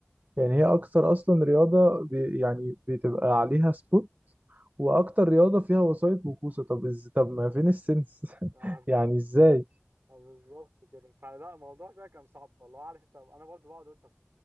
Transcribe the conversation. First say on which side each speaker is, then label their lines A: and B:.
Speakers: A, on the right; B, on the right.
A: يعني هي اكتر اصلا رياضه بي يعني بتبقى عليها سبوت واكتر رياضه فيها وسائط وكوسه طب إز... طب ما فين السنس
B: <laughs>
A: <laughs>
B: اه
A: يعني ازاي
B: بالظبط كده فلا الموضوع ده كان صعب فالله عارف انت انا برضو بقعد اقول طب